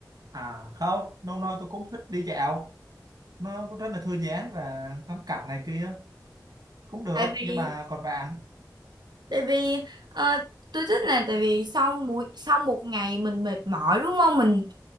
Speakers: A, on the right; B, on the right.
A: à không, lâu nay tôi cũng thích đi dạo, nó cũng rất là thư giãn và ngắm cảnh này kia cũng được.
B: tại vì,
A: Nhưng mà còn bạn,
B: tại vì ờ, tôi thích là tại vì sau mỗi sau một ngày mình mệt mỏi đúng không? Mình